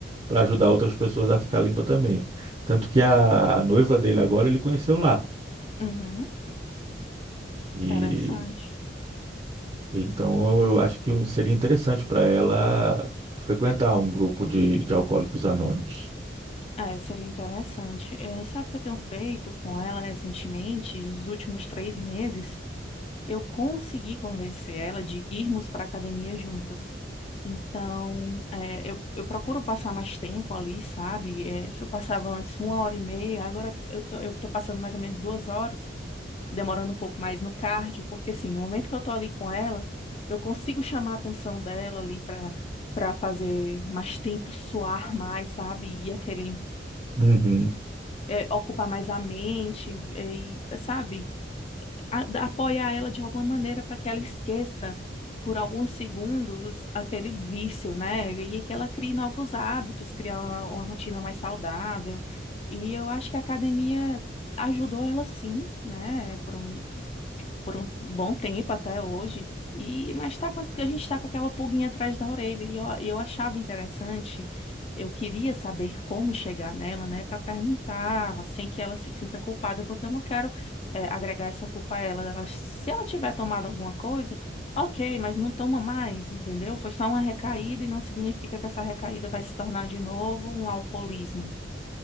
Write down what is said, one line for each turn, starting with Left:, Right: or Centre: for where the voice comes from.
Right: para ajudar outras pessoas a ficar limpa também. Tanto que a, a noiva dele agora ele conheceu lá.
Left: uhum.
Right: E
Left: interessante.
Right: então eu acho que um- seria interessante para ela frequentar um grupo de, de alcoólicos anônimos.
Left: É, seria interessante. É, sabe o que eu tenho feito com ela recentemente, nos últimos três meses? Eu consegui convencer ela de irmos para academia juntas. Então, é, eu, eu procuro passar mais tempo ali, sabe? É, se eu passava antes uma hora e meia, agora eu tô, eu tô passando mais ou menos duas horas, demorando um pouco mais no cardio, porque assim, no momento que eu tô ali com ela, eu consigo chamar a atenção dela ali para para fazer mais tempo suar mais, sabe? E aquele
Right: Uhum,
Left: é, ocupar mais a mente, é, e, sabe? a- da- apoiar ela de alguma maneira para que ela esqueça por alguns segundos aquele vício, né? E que ela crie novos hábitos, criar uma, uma rotina mais saudável. E eu acho que a academia ajudou ela sim, né? Por um, por um bom tempo até hoje, e mas tá com, a gente está com aquela pulguinha atrás da orelha, e eu, eu achava interessante, eu queria saber como chegar nela, né, para perguntar, sem que ela se sinta culpada, porque eu não quero eh, agregar essa culpa a ela, Ela- se ela tiver tomado alguma coisa, ok, mas não toma mais, entendeu? Foi só uma recaída e não significa que essa recaída vai se tornar de novo um alcoolismo.